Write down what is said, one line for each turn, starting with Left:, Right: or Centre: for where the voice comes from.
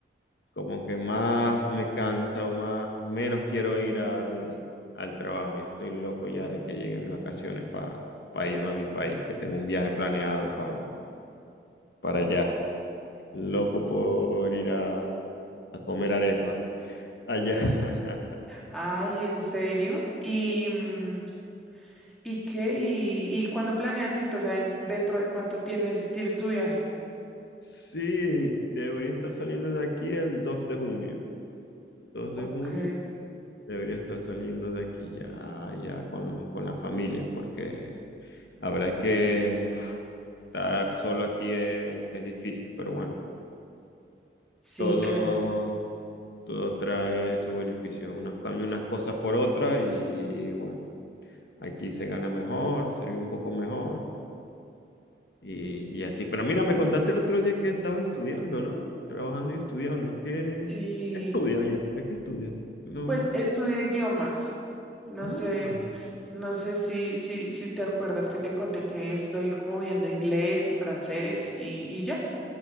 Left: Como que más me cansa o más, menos quiero ir al, al trabajo. Y estoy loco ya de que lleguen mis vacaciones para irme a mi país, que tengo un viaje planeado para para allá. Loco
Centre: Mm.
Left: por ir a, a comer arepa allá. <laughs>
Centre: Ay, ¿en serio? ¿Y, mm, y qué? ¿Y, y cuándo planeas irte? O sea, ¿en- ¿dentro de cuánto tienes, tienes tu viaje?
Left: Sí, debería estar saliendo de aquí el 2 de junio. 2
Centre: Ok,
Left: de junio debería estar saliendo de aquí ya, ya con, con la familia, porque la verdad es que uf, estar solo aquí es, es difícil, pero bueno,
Centre: sí,
Left: todo,
Centre: claro.
Left: todo trae su beneficio. Uno cambia unas cosas por otras y bueno, aquí se gana mejor, se vive un poco mejor Y, y así. Pero mira, me contaste el otro día que estabas estudiando, ¿no? Trabajando y estudiando. ¿Qué,
Centre: Sí,
Left: qué estudias, Jessica? ¿Qué estudias? No.
Centre: pues estudio idiomas. No
Left: Ah.
Centre: sé, no sé si, si, si te acuerdas que te conté que estoy como viendo inglés y francés y, y ya.